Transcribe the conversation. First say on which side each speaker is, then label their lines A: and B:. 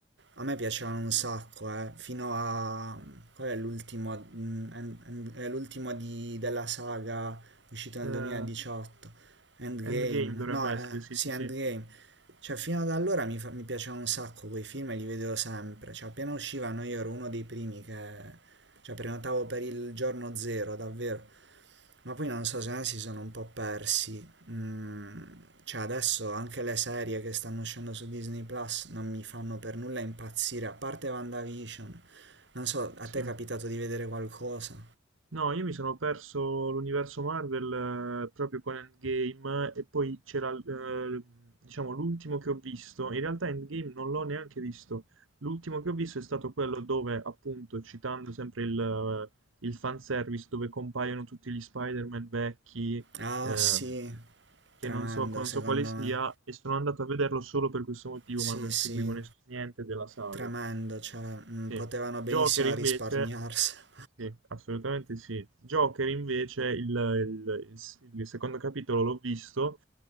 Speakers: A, on the right (about 65°); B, on the right (about 85°).
A: a me piacevano un sacco, eh, fino a... Qual è l'ultimo? Mm, End- End- è l'ultimo di- della saga uscito nel
B: Eh,
A: 2018, Endgame.
B: Endgame dovrebbe
A: No, eh,
B: essere, sì,
A: sì,
B: sì,
A: Endgame.
B: sì,
A: Cioè, fino ad allora mi, fa- mi piacevano un sacco quei film e li vedevo sempre. Cioè, appena uscivano io ero uno dei primi che... Cioè, prenotavo per il giorno zero, davvero. Ma poi non so se ne si sono un po' persi. Mm, cioè adesso anche le serie che stanno uscendo su Disney Plus non mi fanno per nulla impazzire, a parte WandaVision. Non so, a
B: sì,
A: te è capitato
B: sì.
A: di vedere qualcosa?
B: No, io mi sono perso l'universo Marvel eh, proprio con Endgame eh, e poi c'era eh, diciamo l'ultimo che ho visto. In realtà Endgame non l'ho neanche visto. L'ultimo che ho visto è stato quello dove, appunto, citando sempre il, eh, il fanservice, dove compaiono tutti gli Spider-Man vecchi,
A: Ah
B: ehm,
A: sì,
B: che
A: tremendo
B: non so, non
A: secondo
B: so quale sia,
A: me.
B: e sono andato a vederlo solo per questo motivo,
A: Sì,
B: ma non
A: sì,
B: seguivo ness- niente della saga.
A: tremendo, cioè mm,
B: Sì.
A: potevano benissimo
B: Joker invece,
A: risparmiarsela.
B: sì, assolutamente sì. Joker invece, il, il- il- il secondo capitolo l'ho visto,